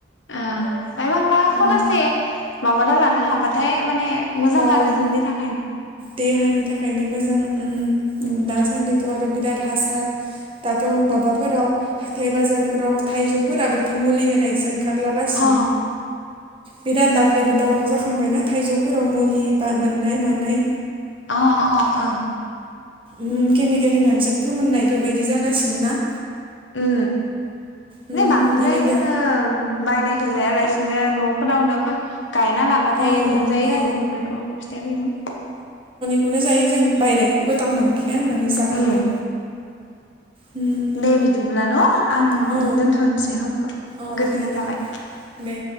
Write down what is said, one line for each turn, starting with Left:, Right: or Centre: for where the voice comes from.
Left: आ बायबांला
Right: उम
Left: खनासे माबाना लानो हाबाथाय माने मोजां
Right: अ
Left: आरो जोंनि था
Right: देहानि थाखायनो मोजां ओ
Left: उम
Right: दासान्दिथ' आरो बिराद हा सार दाथ' माबाफोराव हाथाय बाजारफोराव थाइजौफोराबोथ' मुलि होनायसो ओंखा खारलागासिनो।
Left: अ
Right: बिराद दाख्लैबो दावराव जाखांबायना थाइजौफोराव मुलि बा मोननाय मानाय
Left: अ अ ओं
Right: ओ केमिकेल होनानैसो फोमोननाय फोरबायदि जागासिनो ना?
Left: ओ
Right: उम
Left: नो बांद्राय
Right: इनिबो
Left: जोंङो बायनाय खो जायालासिनो न'फोरावनो फा गायना लाबाथाय
Right: औ
Left: मोनजायो
Right: औ
Left: आरो बेफोरखौ फिथाइफोरखौ।
Right: नो जायो जों बायनायखौ गोथाव मोनखाया होननानै जाखाया।
Left: उम
Right: उम
Left: दे बिदिब्ला न' आं
Right: औ
Left: दोनथ'नोसै पनखौ
Right: औ
Left: गोजोननाय
Right: दे दे
Left: थाबाय।
Right: दे।